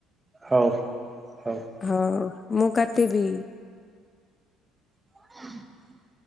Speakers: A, on the right; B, on the left.
A: ହଉ ହଉ।
B: ହଉ ମୁଁ କାଟିବି।
A: <unintelligible>